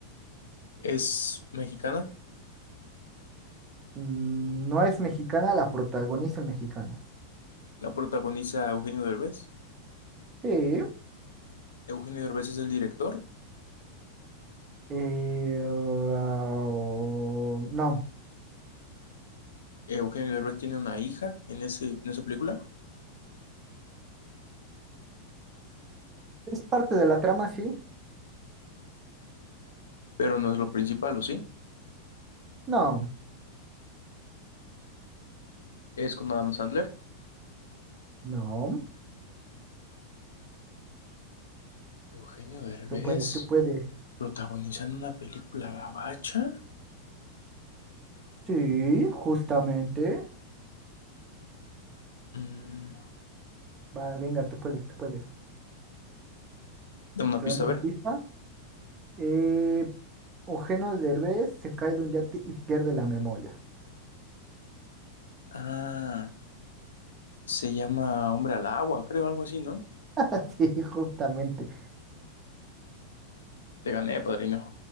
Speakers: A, on the left; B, on the right.
A: Es mexicana,
B: Mm, no es mexicana, la protagoniza el mexicano.
A: la protagoniza Eugenio Derbez.
B: Sí.
A: Eugenio Derbez es el director.
B: Eh, uh, no.
A: Eugenio Derbez tiene una hija en ese, en esa película,
B: ¿Es parte de la trama, sí?
A: pero no es lo principal, ¿o sí?
B: No,
A: Es con Adam Sandler.
B: no.
A: Eugenio Derbez.
B: Tú puedes, tú puedes.
A: ¿Protagonizando una película gabacha?
B: Sí, justamente.
A: Mm,
B: Va, venga, tú puedes, tú puedes.
A: dame una
B: ¿Te
A: pista,
B: doy una
A: a ver.
B: pista? Eh, Eugenio Derbez se cae de un yate y pierde la memoria.
A: Ah, se llama Hombre al Agua, creo, algo así, ¿no?
B: <laughs> Sí, justamente.
A: Te gané, padrino.